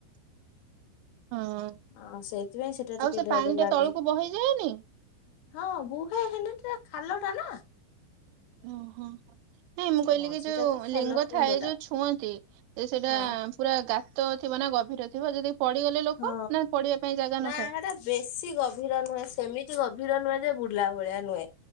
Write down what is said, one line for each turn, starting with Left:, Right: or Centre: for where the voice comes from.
Right: ହଁ
Left: ଆ ସେଇଥିପାଇଁ ସେଟା
Right: ଆଉ
Left: ଟିକେ
Right: ସେ
Left: ଡର
Right: ପାଣି
Left: ଲାଗେ
Right: ଟା ତଳକୁ ବହି ଯାଏନି।
Left: ହଁ ବୁହେ ହେଲେ ଖାଲ ଟା ନା।
Right: ଓ ହଁ। ନାଇଁ ମୁଁ କହିଲି
Left: ମଝିଟା
Right: କି ଯୋଉ
Left: ତ ଖାଲ
Right: ଲିଙ୍ଗ
Left: କୁଣ୍ଡ
Right: ଥାଏ
Left: ଟା
Right: ଯୋଉ ଛୁଅନ୍ତି ସେଇଟା
Left: ହଁ
Right: ପୁରା ଗା ତ ଥିବ ନା ଗଭୀର ଥିବ ଯଦି ପଡିଗଲେ ଲୋକ
Left: ହଁ
Right: ନା ପଡିବା ପାଇଁ ଜାଗା ନଥାଏ?
Left: ନା ଏଟା ବେଶୀ ଗଭୀର ନୁହେଁ ସେମିତି ଗଭୀର ନୁହେଁ ଯେ ବୁଡିଲା ଭଳିଆ ନୁହେଁ